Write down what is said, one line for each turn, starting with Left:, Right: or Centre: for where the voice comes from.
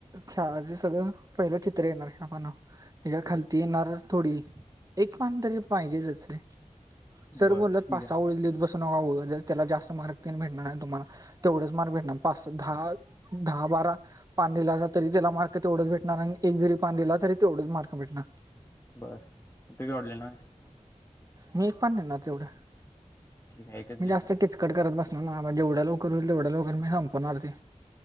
Right: खेळाचे सगळं पहिलं चित्र येणार ह्या पानावर त्याच्या खालती येणार थोडी एक पान तरी पाहिजेच रे. सर
Left: बरं,
Right: बोलल्यात
Left: ठीक
Right: पास
Left: आहे.
Right: सहा ओळी लिहीत बस पण उद्या त्याला जास्त मार्क तेन भेटणार तुमला तेवढच मार्क भेटणार. पाचशे दहा दहा बारा पान लिहला असेल तरी त्याला मार्क ते तेवढंच भेटणार आणि एक जरी पान लिहला तरी तेवढच मार्क भेटणार.
Left: बरं आता केवड लिहनारस
Right: मी एक पण लिहणार तेवढं
Left: ठीक आहे, एकच
Right: म्हणजे
Left: लिहिणारस
Right: जास्त
Left: काय?
Right: किचकट करत बसत नाहय नाहय बा जेवढ्या लवकर होईल तेवढ्या लकर मी संपवणार ते